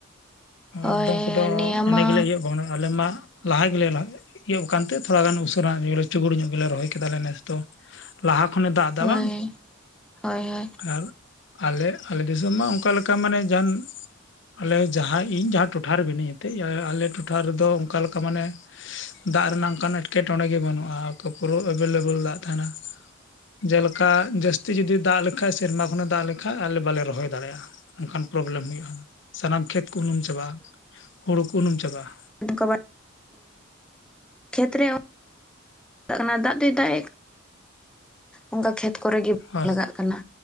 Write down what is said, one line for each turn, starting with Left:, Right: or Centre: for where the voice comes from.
Centre: ᱦᱳᱭ
Left: ᱟᱠᱫᱚᱢ ᱠᱚᱫᱚ
Centre: ᱱᱤᱭᱟᱹ
Left: ᱮᱱ
Centre: ᱢᱟ
Left: ᱜᱮᱞᱮ ᱤᱭ ᱟᱞᱮ ᱢᱟ ᱞᱟᱦᱟ ᱜᱮᱞᱮ ᱤᱭᱟᱹ ᱟᱠ ᱠᱟᱱᱛᱮ ᱛᱷᱚᱲᱟ ᱜᱟᱱ ᱩᱥᱟᱹᱨᱟ ᱪᱩᱜᱩᱲ ᱧᱚᱜ ᱜᱮᱞᱮ ᱨᱚᱦᱚᱭ ᱠᱮᱫᱟ ᱟᱞᱮ ᱱᱮᱥ ᱫᱚ ᱞᱟᱦᱟ ᱠᱷᱚᱱᱮ ᱫᱟᱜ ᱮᱫᱟ
Centre: ᱦᱳᱭ
Left: ᱵᱟᱝ?
Centre: ᱦᱳᱭ ᱦᱳᱭ
Left: ᱟᱨ ᱟᱞᱮ ᱟᱞᱮ ᱫᱤᱥᱚᱢ ᱢᱟ ᱚᱱᱠᱟ ᱞᱮᱠᱟ ᱢᱟᱱᱮ ᱡᱟᱦᱟᱱ ᱟᱞᱮ ᱡᱟᱦᱟᱸ ᱤᱧ ᱡᱟᱦᱟᱸ ᱴᱚᱴᱷᱟᱨᱮ ᱢᱤᱱᱟᱹᱧ ᱮᱱᱛᱜ ᱟᱞᱮ ᱴᱚᱴᱷᱟ ᱨᱮᱫᱚ ᱚᱱᱠᱟ ᱞᱮᱠᱟ ᱢᱟᱱᱮ ᱫᱟᱜ ᱨᱮᱱᱟᱜ ᱚᱱᱠᱟᱱ ᱮᱸᱴᱠᱮᱴᱚᱬᱮ ᱜᱮ ᱵᱟᱹᱱᱩᱜᱼᱟ᱾ ᱯᱩᱨᱟᱹ ᱮᱵᱮᱞᱮᱵᱮᱞ ᱫᱟᱜ ᱛᱟᱦᱮᱱᱟ᱾ ᱡᱮᱞᱮᱠᱟ ᱡᱟᱹᱥᱛᱤ ᱡᱩᱫᱤ ᱫᱟᱜ ᱞᱮᱠᱷᱟᱱ ᱥᱮᱨᱢᱟ ᱠᱷᱚᱱᱮ ᱫᱟᱜ ᱞᱮᱠᱷᱟᱱᱡ ᱟᱞᱮ ᱵᱟᱞᱮ ᱨᱚᱦᱚᱭ ᱫᱟᱲᱮᱭᱟᱜᱼᱟ᱾ ᱚᱱᱠᱟᱱ ᱯᱨᱚᱵᱞᱮᱢ ᱦᱩᱭᱩᱜᱼᱟ, ᱥᱟᱱᱟᱢ ᱠᱷᱮᱛ ᱠᱚ ᱩᱱᱩᱢ ᱪᱟᱵᱟᱜᱼᱟ ᱦᱩᱲᱩ ᱠᱚ ᱩᱱᱩᱢ ᱪᱟᱵᱟᱜᱼᱟ᱾
Centre: <unintelligible> ᱠᱷᱮᱛᱨᱮ <unintelligible> ᱠᱟᱱᱟ ᱫᱟᱜ ᱫᱚᱭ ᱫᱟᱜ ᱮᱫ ᱚᱱᱠᱟ ᱠᱷᱮᱛ ᱠᱚᱨᱮ ᱜᱮ ᱵᱟᱝ
Left: ᱦᱳᱭ
Centre: ᱞᱟᱜᱟᱜ ᱠᱟᱱᱟ